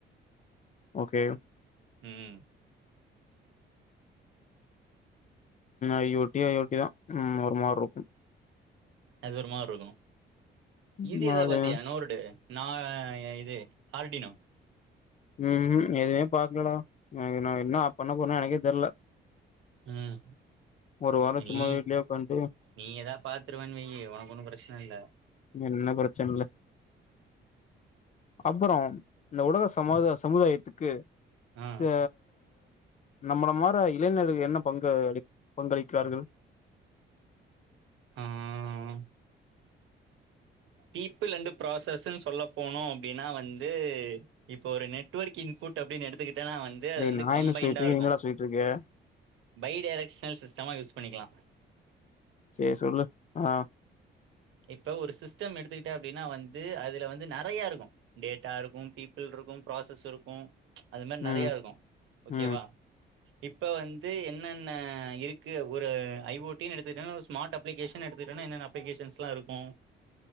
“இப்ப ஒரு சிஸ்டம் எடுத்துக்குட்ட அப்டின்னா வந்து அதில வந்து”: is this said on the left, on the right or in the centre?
Right